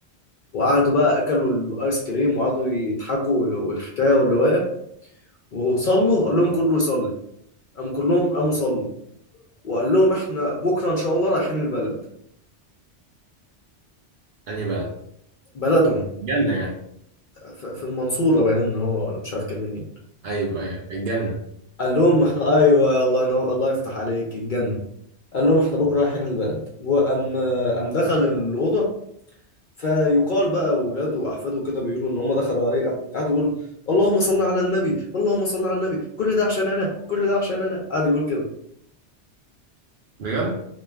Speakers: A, on the left; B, on the right.
A: وقعدوا بقى أكلوا الآيس كريم وقعدوا يضحكوا وال- والحكاية والرواية وصلوا قال لهم كله يصلي قام كلهم قاموا صلوا وقال لهم إحنا بكرة إن شاء الله رايحين البلد
B: انهي بلد
A: بلدهم
B: الجنة يعني
A: ف- في المنصورة باين إن هو ولا مش عارف كان منين
B: ايوه ايوه الجنة
A: قال لهم احنا ايوه الله ينور الله يفتح عليك الجنه قال لهم احنا بكره رايحين البلد وقام قام دخل الاوضه فيقال بقى اولاده واحفاده كده بيقولوا ان هم دخلوا عليه قام قعد يقول اللهم صل على النبي اللهم صل على النبي كل ده عشان انا كل ده عشان انا قعد يقول كده
B: بجد